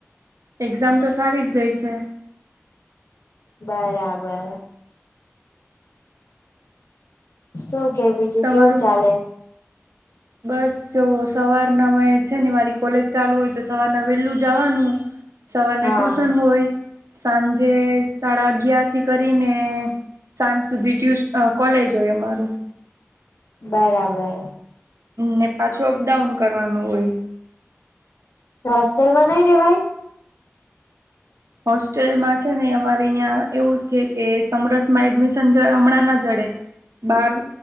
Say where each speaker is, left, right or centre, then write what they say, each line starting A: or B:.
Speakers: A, on the right (about 85°); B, on the left (about 65°).
A: એક્ઝામ તો સારી જ ગઈ છે
B: બરાબર શું કે બીજું
A: તમારું
B: કેવું ચાલે
A: બસ જો સવારના મે છે ને મારી કોલેજ ચાલુ હોય તો સવારના વહેલું જવાનું સવારના
B: હા
A: ટ્યુશન હોય સાંજે સાડા અગિયાર થી કરીને સાંજ સુધી ટ્યુશ કોલેજ હોય અમારું
B: બરાબર
A: ને પાછું અપડાઉન કરવાનું હોય
B: હોસ્ટલમાં નઈ રેવાઈ
A: હોસ્ટેલમાં છે ને અમારે અહીયા એવું કે કે સમરસમાં એડમિશન જોયે હમણાં ના જડે બાર